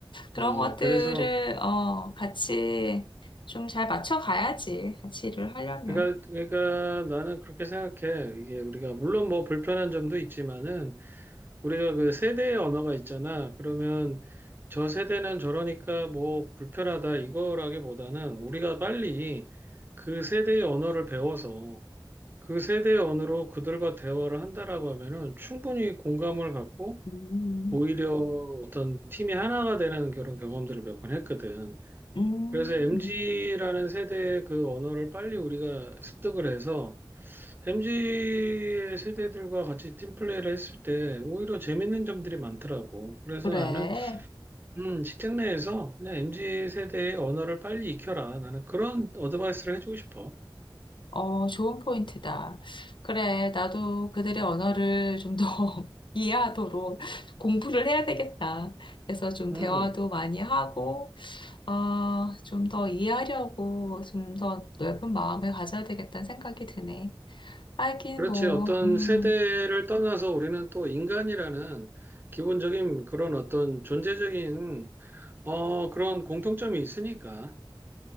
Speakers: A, on the left; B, on the right.
A: 그런
B: 음,
A: 것들을
B: 그래서,
A: 어, 같이 좀 잘 맞춰 가야지. 같이 일을 하려면.
B: 그러니까, 그러니까 나는 그렇게 생각해. 이게 우리가, 물론 뭐 불편한 점도 있지만은, 우리가 그 세대의 언어가 있잖아. 그러면 저 세대는 저러니까 뭐 불편하다 이거라기보다는 우리가 빨리 그 세대의 언어를 배워서 그 세대의 언어로 그들과 대화를 한다라고 하면은 충분히 공감을 갖고
A: 음,
B: 오히려 어떤 팀이 하나가 되는 그런 경험들을 몇 번 했거든.
A: 음,
B: 그래서 MG라는 세대의 그 언어를 빨리 우리가 습득을 해서 MZ 세대들과 같이 팀플레이를 했을 때 오히려 재밌는 점들이 많더라고. 그래서
A: 그래.
B: 나는 음, 직장 내에서 그냥 MZ 세대의 언어를 빨리 익혀라. 나는 그런 어드바이스를 해주고 싶어.
A: 어, 좋은 포인트다. 그래. 나도 그들의 언어를 좀 더 <laughs> 이해하도록 공부를 해야 되겠다. 그래서 좀
B: 음,
A: 대화도 많이 하고, 어, 좀 더 이해하려고 좀 더 넓은 마음을 가져야 되겠다는 생각이 드네. 하긴
B: 그렇지.
A: 뭐,
B: 어떤
A: 음.
B: 세대를 떠나서 우리는 또 인간이라는 기본적인 그런 어떤 존재적인 어, 그런 공통점이 있으니까.